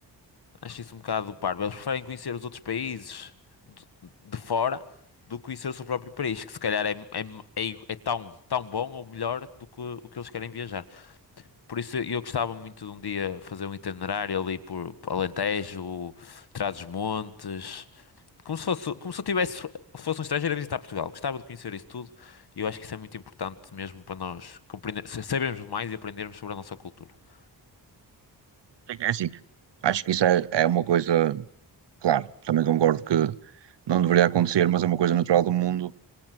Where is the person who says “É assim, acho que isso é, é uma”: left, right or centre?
Right